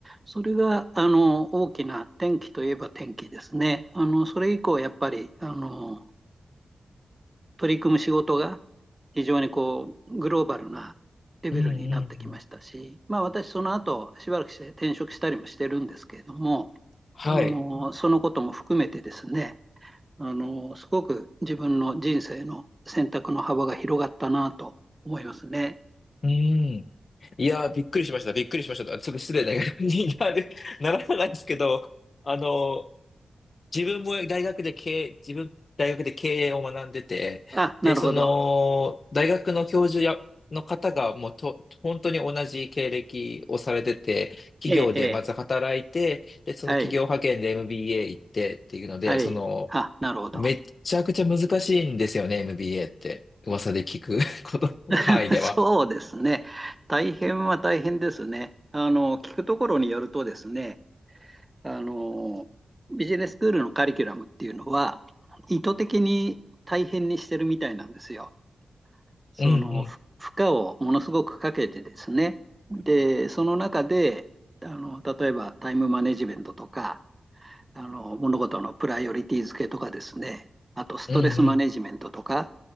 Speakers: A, on the right; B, on the left.
A: それが、あの大きな転機といえば転機ですね。あのそれ以降、やっぱり、あの取り組む仕事が非常にこうグローバルなレベルになってきましたし、
B: うんうんうん。
A: まあ、私、その後しばらくして転職したりもしてるんですけれども、
B: はい。
A: あのそのことも含めてですね、あの、すごく自分の人生の選択の幅が広がったなと思いますね。
B: うん。いやー、びっくりしました。びっくりしました。ちょっと失礼な感じになる、<laughs> ならないですけど、あの、自分も大学で経営、自分、大学で経営を学んでて、
A: あ、なるほど。
B: で、その、大学の教授や、の方がもうと、本当に同じ経歴をされてて、企業でまず働いて、
A: ええ、ええ、
B: で、その企業派遣で
A: はい、
B: MBA 行ってっていうので、
A: はい。
B: その、
A: あ、なるほど。
B: めっちゃくちゃ難しいんですよね、MBA って。噂で聞く <laughs> こと、
A: <laughs>
B: 範囲では。
A: そうですね。大変は大変ですね。あの、聞くところによるとですね、あの、ビジネススクールのカリキュラムっていうのは、意図的に大変にしてるみたいなんですよ。その負荷をものすごくかけてですね、
B: うんうん。
A: で、その中で、あの、例えばタイムマネジメントとか、あの、物事のプライオリティ付けとかですね、あとストレスマネジメントとか、
B: うんうん